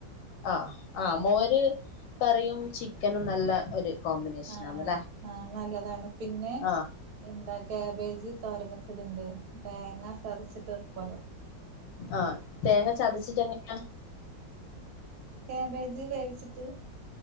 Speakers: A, on the left (about 75°); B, on the right (about 60°).
A: ആ ആ മോര് കറിയും ചിക്കനും നല്ല ഒരു കോമ്പിനേഷനാന്നല്ലേ
B: ആഹ് ആ നല്ലതാണ് പിന്നെ
A: ആഹ്
B: എന്താ കാബേജ് തോരൻ വെച്ചത്ണ്ട് തേങ്ങ ചതിച്ചിട്ട് വെക്കോല്ലോ
A: ആഹ് തേങ്ങ ചതച്ചിട്ട ങ്ങനെയാ
B: ക്യാബേജ് കഴിച്ചിട്ട്